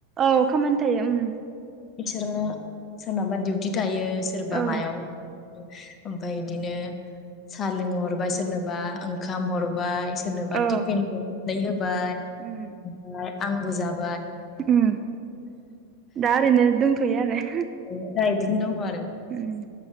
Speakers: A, on the right (about 25°); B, on the left (about 25°).
A: औ खामानि थायो उम।
B: इसोरनो सोरनाबा डिउटि था <unintelligible> सोरबा
A: औ
B: मायाव ओमफाय इदिनो सा लोंहरबाय सोरनोबा ओंखाम हरबाय सोरनोबा <unintelligible>
A: औ उम
B: <unintelligible> आं बुजाब
A: उम दा ओरैनो दोंथ'यो आरो।
B: <unintelligible> दङ आरो।
A: उम